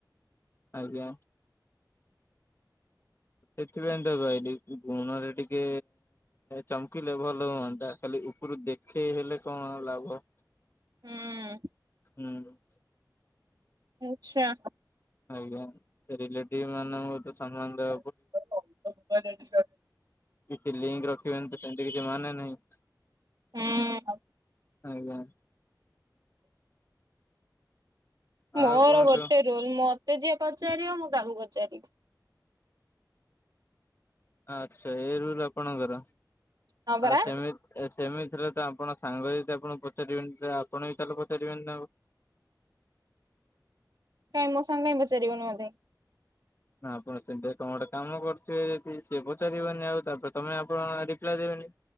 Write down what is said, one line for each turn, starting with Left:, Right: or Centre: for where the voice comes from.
Left: ଆଜ୍ଞା। ସେଥିପାଇଁ ଦେଖିଆକୁ ପାଇଲି ଗୁଣରେ ଟିକେ ଚମକିଲେ ଭଲ ହୁଅନ୍ତା ଖାଲି ଉପରୁ ଦେଖେଇ ଦେଖେଇ ହେଲେ କଣ ଲଭ
Right: ହୁଁ।
Left: ହୁଁ।
Right: ଆଚଛା
Left: ଆଜ୍ଞା ସେ ରିଲେଟିଭ ମାନଙ୍କୁେ ସମାନ ଦେ
Right: ଠ <unintelligible>
Left: କି ଲିଙ୍କ ରଖିବ ସେମିତି କିଛି ମାନେ ନାହିଁ
Right: ହୁଁ
Left: ଆଜ୍ଞା
Right: ମୋର
Left: ଆଉ କୁହନ୍ତୁ
Right: ଗୋଟେ ରୋଲ -ମତେ ଯିଏ ପଚାରିବ ଆ ମୁଁ ତାକୁ ପଚାରିବି
Left: ଆଚ୍ଛା ଏଇ ରୁଲ ଆପଣଙ୍କର
Right: ହଁ ପରା
Left: ଆ ସେମିତି ସେମିତି <unintelligible> ତ ଆପଣ ସାଙ୍ଗ ଯଦି ଆପଣଙ୍କୁ ପଚାରିବେନି, ଆପଣ ବି ତାହେଲେ ପଚାରିବେନି ତାଙ୍କୁ
Right: କାଇଁ ମୋ ସାଙ୍ଗ କାଇଁ ପଚାରିବନି ମତେ
Left: ନା ଆପଣ ସେମିତି କଣ ଗୋଟେ କାମ କରୁଥିବେ, ଯଦି ସିଏ ପଚାରିବନି ଆଉ, ତାପରେ ତମେ ଆପଣ ରିପ୍ଲାଏ ଦେବେନି